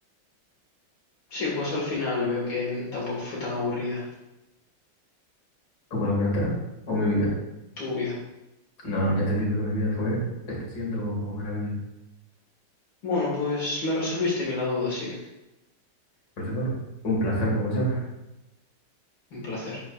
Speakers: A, on the left; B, on the left.
A: Sí, pues al final veo que n- tampoco fue tan aburrida
B: como la cuarentena o mi vida.
A: tu vida.
B: No, no, ya te digo que mi vida fue, está siendo maravillosa.
A: Bueno, pues me resolviste bien la duda, sí.
B: Pues bueno, un placer como siempre.
A: Un placer.